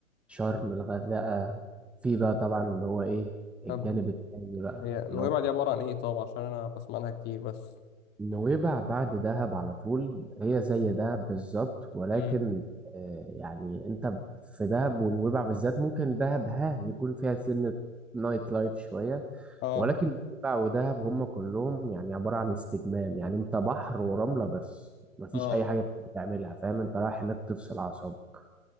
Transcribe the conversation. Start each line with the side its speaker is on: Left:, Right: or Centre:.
Centre: شرم الغردقة في بقى طبعا اللي هو إيه الجانب
Left: طب
Centre: التاني بقى
Left: هي نويبع
Centre: اللي هو
Left: دي عباره عن ايه طب عشان انا بسمع عنها كتير بس
Centre: نويبع بعد دهب على طول هي زي دهب بالظبط ولكن
Left: امم
Centre: آه، يعني انت في دهب ونويبع بالذات ممكن دهب ها يكون فيها سنة نايت لايف شوية
Left: اه
Centre: ولكن نويبع ودهب هم كلهم يعني عبارة عن استجمام يعني انت بحر ورملة بس مفيش
Left: اه
Centre: اي حاجة بتعملها فاهم انت رايح هناك تفصل اعصابك